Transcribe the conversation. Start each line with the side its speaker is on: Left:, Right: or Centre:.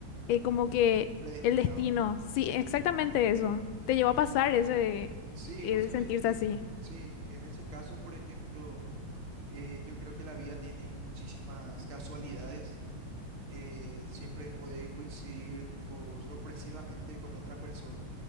Left: eh, como que
Right: predestinado.
Left: el destino. Sí, exactamente eso. Te llevó a pasar ese,
Right: Sí,
Left: eh,
Right: vos sabés
Left: sentirse
Right: que,
Left: así.
Right: sí, en ese caso, por ejemplo, eh, yo creo que la vida tiene muchísimas casualidades. eh, siempre podés coincidir, tipo, sorpresivamente con otra persona